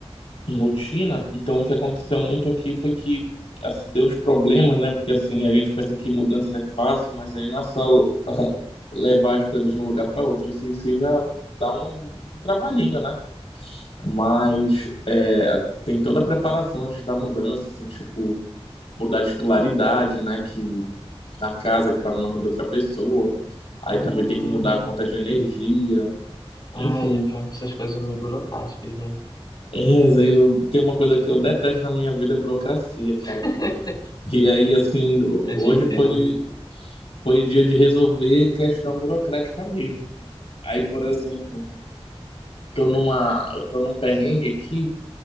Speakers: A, on the left (about 70°); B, on the left (about 45°).
A: rotina, então o que aconteceu muito aqui foi que assim, deu uns problemas, né? Porque assim, a gente pensa que mudança é fácil, mas aí não é só <laughs> levar as coisas de um lugar para outro, isso em si já dá um, um trabalhinho, né? Mas é, tem toda a preparação antes da mudança, assim, tipo. mudar a titularidade, né? Que da casa que tá no nome de outra pessoa. Aí
B: Hum.
A: também tem que mudar a conta de energia.
B: Ah,
A: Enfim.
B: é pior que essas coisas são meio burocráticas, né?
A: É, mas aí eu tem uma coisa que eu detesto na minha vida, é burocracia, cara.
B: <laughs>
A: E aí, assim,
B: Eu
A: hoje
B: te entendo.
A: foi, foi dia de resolver questão burocrática mesmo. Aí, por exemplo, tô numa, eu tô num perrengue aqui,